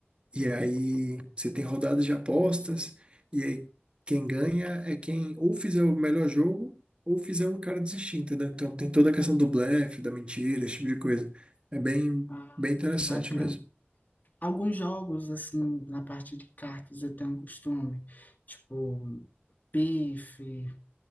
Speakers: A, on the right; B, on the left.
A: E aí você tem rodadas de apostas, e aí quem ganha é quem ou fizer o melhor jogo ou fizer o cara desistir, entendeu? Então tem toda a questão do blefe, da mentira, esse tipo de coisa. É bem,
B: Ah,
A: bem interessante
B: bacana.
A: mesmo.
B: Alguns jogos, assim, na parte de cartas eu tenho um costume, tipo, pife,